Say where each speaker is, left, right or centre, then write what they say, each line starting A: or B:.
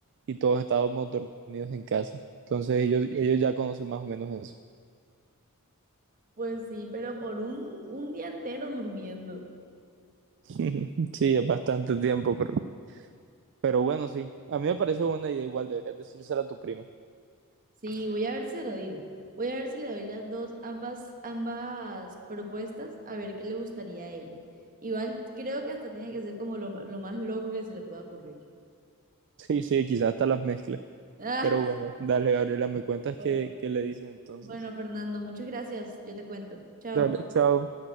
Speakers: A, on the right; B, on the right.
A: y todos estábamos dormidos en casa. Entonces ellos, ellos ya conocen más o menos eso.
B: Pues sí, pero por un, un día entero durmiendo.
A: <laughs> Sí, es bastante tiempo, pero, pero bueno, sí. A mí me parece buena idea igual, deberías decírsela a tu prima.
B: Sí, voy a ver si se lo digo. Voy a ver si le doy las dos, ambas, ambas propuestas, a ver qué le gustaría a ella. Igual creo que hasta tiene que ser como lo, lo más loco que se le pueda ocurrir. <laughs>
A: Sí, sí, quizás hasta las mezclas.
B: Ah,
A: Pero bueno, dale, Gabriela, me cuentas
B: bueno,
A: qué, qué le dices entonces.
B: bueno, Fernando, muchas gracias. Yo te cuento. Chao.
A: Dale, chao.